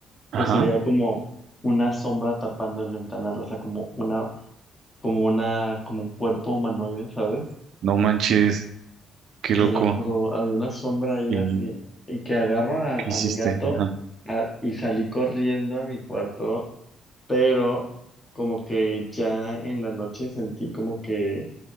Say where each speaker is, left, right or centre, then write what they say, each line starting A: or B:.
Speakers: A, on the right; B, on the left.
A: Ajá,
B: pues se veía como una sombra tapando el ventanal, o sea, como una, como una, como un cuerpo humanoide, ¿sabes?
A: no manches, qué loco.
B: Te lo juro, había una sombra ahí
A: ¿Y
B: así, y que agarro a,
A: qué hiciste?
B: a mi gato
A: Ajá,
B: a- y salí corriendo a mi cuarto, pero como que ya en la noche sentí como que